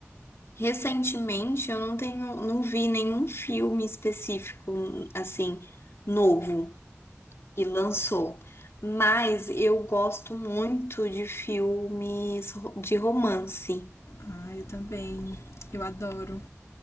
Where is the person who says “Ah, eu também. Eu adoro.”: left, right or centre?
Left